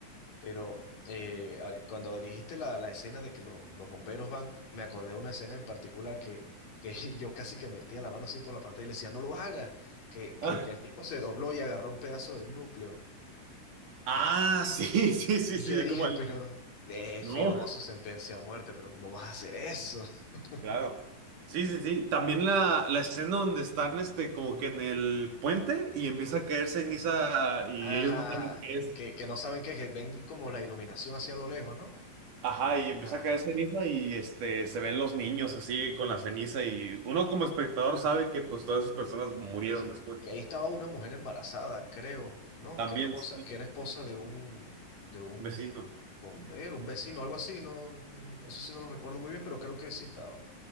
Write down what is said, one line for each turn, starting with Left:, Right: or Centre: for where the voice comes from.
Left: Pero eh, ahora, cuando dijiste la, la escena de que los, los bomberos van, me acordé de una escena en particular que, que <laughs> yo casi que metía la mano así por la pantalla y le decía, no lo hagas, que, que,
Right: <laughs>
Left: que el tipo se dobló y agarró un pedazo del núcleo.
Right: Ah, sí, <laughs> sí, sí,
Left: Y
Right: sí,
Left: yo dije,
Right: como el-
Left: pero eh,
Right: No,
Left: firmó su sentencia a muerte, pero ¿cómo vas a hacer eso? <laughs>
Right: claro. Sí, sí, sí. También la, la escena donde están este, como que en el puente y empieza a caer ceniza y
Left: Ajá,
Right: ellos no saben qué
Left: eh,
Right: es.
Left: que, que no saben qué, que ven como la iluminación hacia lo lejos, ¿no?
Right: Ajá, y empieza
Left: Ajá,
Right: a caer ceniza y este, se ven los niños así con la ceniza y uno como espectador sabe que pues todas esas personas murieron
Left: que,
Right: después.
Left: que ahí estaba una mujer embarazada, creo, ¿no?
Right: También,
Left: Que era esposa,
Right: sí,
Left: que era esposa de un, de un
Right: vecino.
Left: bombero, un vecino, algo así, no, no, eso sí no lo recuerdo muy bien, pero creo que sí estaba.